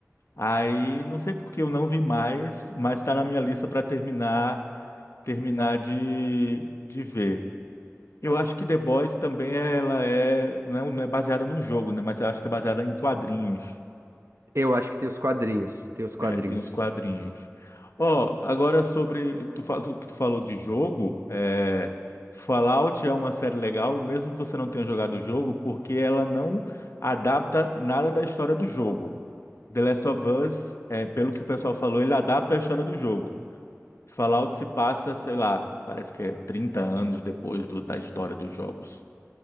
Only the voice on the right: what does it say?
Eu acho que tem os quadrinhos. Tem os quadrinhos.